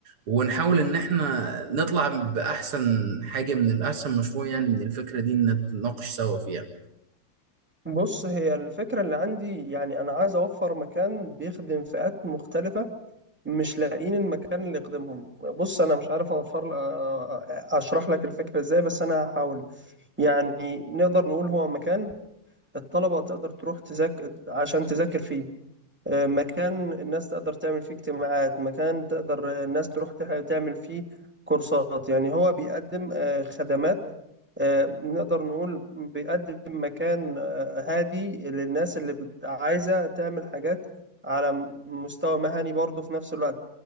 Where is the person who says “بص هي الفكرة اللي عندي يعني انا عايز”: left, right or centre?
Centre